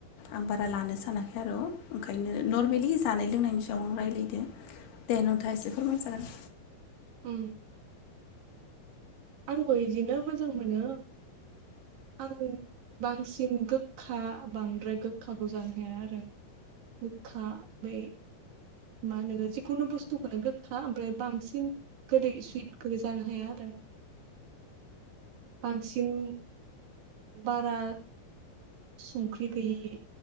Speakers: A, on the left; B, on the right.
A: आं बारा लानो सानाखै आर' ओंखायनो नर्मेलि जानाय लोंनायनि सायाव आं रायलायदो दे नोंथाङा एसे फोरमाय जागोन।
B: उम। आंबो इदिनो मोजां मोनो। आं बांसिन गोखा बांद्राय गोखाखौ जानो हाया आरो गोखा बै मा होनो? जिखुनु बुस्थुखोनो गोखा ओमफ्राय बांसिन गोदै सुइथखौ जानो हाया आरो बांसिन बारा संख्रि गैयि